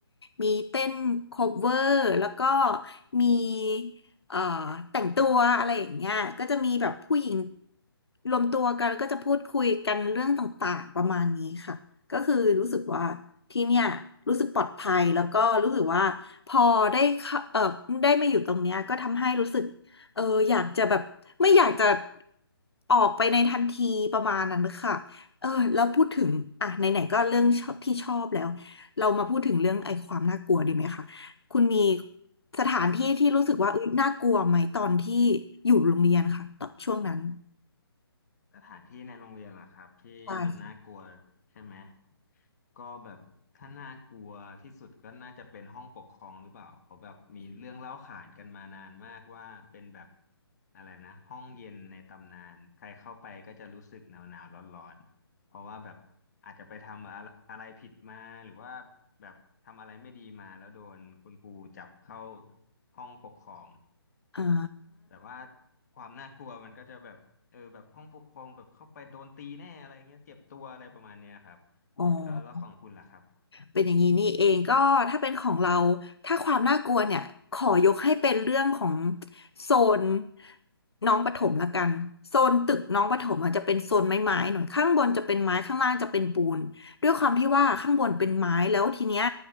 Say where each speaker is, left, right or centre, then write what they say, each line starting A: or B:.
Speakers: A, on the left; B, on the left.
A: มีเต้นโคเวอร์แล้วก็มีเอ่อแต่งตัวอะไรอย่างเงี้ยก็จะมีแบบผู้หญิงรวมตัวกันแล้วก็จะพูดคุยกันเรื่องต่างๆประมาณนี้ค่ะ ก็คือรู้สึกว่าที่เนี่ยรู้สึกปลอดภัยแล้วก็รู้สึกว่าพอได้เข้าเออได้มาอยู่ตรงเนี้ยก็ทำให้รู้สึกเอออยากจะแบบไม่อยากจะออกไปในทันทีประมาณนั้นค่ะเออแล้วพูดถึงอ่ะไหนๆก็เรื่องชอบที่ชอบแล้วเรามาพูดถึงเรื่องไอ้ความน่ากลัวดีไหมคะคุณมีสถานที่ที่รู้สึกว่าอุ๊ยน่ากลัวไหมตอนที่อยู่โรงเรียนค่ะตอนช่วงนั้น
B: สถานที่ในโรงเรียนล่ะครับที่มันน่ากลัวใช่ไหม
A: ใช่ค่ะ
B: ก็แบบถ้าน่ากลัวที่สุดก็น่าจะเป็นห้องปกครองหรือเปล่าเขาแบบมีเรื่องเล่าขานกันมานานมากว่าเป็นแบบอะไรนะห้องเย็นในตำนานใครเข้าไปก็จะรู้สึกหนาวหนาวร้อนร้อนๆเพราะว่าแบบอาจจะไปทำอะไรอะไรผิดมาหรือว่าแบบทำอะไรไม่ดีมาแล้วโดนคุณครูจับเข้าห้องปกครอง
A: อ่า
B: แบบว่าความน่ากลัวมันก็จะแบบเออแบบห้องปกครองแบบเข้าไปโดนตีแน่อะไรเงี้ยเจ็บตัวอะไรประมาณเนี้ยครับ
A: อ๋อ
B: แล้วแล้วของคุณล่ะครับ
A: เป็นอย่างนี้นี่เองก็ถ้าเป็นของเราถ้าความน่ากลัวเนี่ยขอยกให้เป็นเรื่องของโซนน้องประถมละกันโซนตึกน้องประถมอาจจะเป็นโซนไม้ๆหน่อยข้างบนจะเป็นไม้ข้างล่างจะเป็นปูนด้วยความที่ว่าข้างบนเป็นไม้แล้วทีเนี้ย